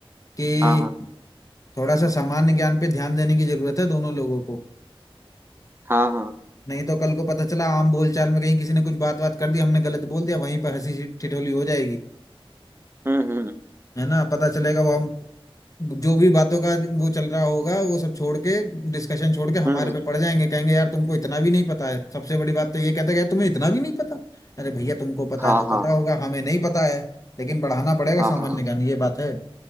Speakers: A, on the left (about 35°); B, on the right (about 25°).
A: कि
B: हाँ हाँ
A: थोड़ा सा सामान्य ज्ञान पे ध्यान देने की जरूरत है दोनों लोगों को
B: हाँ हाँ
A: नहीं तो कल को पता चला आम बोलचाल में कहीं किसी ने कुछ बात बात कर दी हमने गलत बोल दिया वहीं पर हंसी ठिठोली हो जाएगी
B: हम्म हम्म
A: है ना पता चलेगा वो हम जो भी बातों का वो चल रहा होगा वो सब छोड़ के डिस्कशन छोड़ के हमारे
B: हम्म हम्म।
A: पे पड़ जाएंगे कहेंगे यार तुमको इतना भी नहीं पता है सबसे बड़ी बात तो ये कहते गए तुम्हें इतना भी नहीं पता अरे भैया तुमको पता
B: हाँ
A: है तो
B: हाँ
A: पता होगा हमें नहीं पता है लेकिन बढ़ाना पड़ेगा
B: हाँ
A: सामान्य
B: हाँ हाँ
A: ज्ञान ये बात है